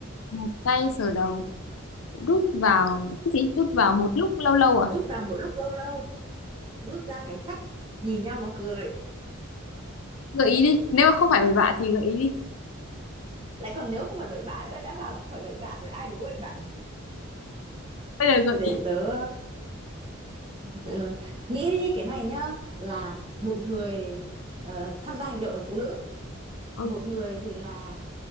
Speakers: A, on the left; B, on the right.
A: một tay sờ đầu đút vào cái gì đút vào một lúc lâu lâu à
B: đút vào một lúc lâu lâu rút ra cái trách nhìn nhau mà cười
A: gợi ý đi nếu mà không phải bậy bạ thì gợi ý đi
B: lại còn nếu không phải bậy bạ nữa đã bảo là không phải bậy bạ rồi ai đố bậy bạ làm gì
A: bây giờ
B: để
A: gợi ý
B: tớ ừ, nghĩ đi cái này nhá là một người ờ, tham gia hành động là phụ nữ
A: ừ,
B: một người thì là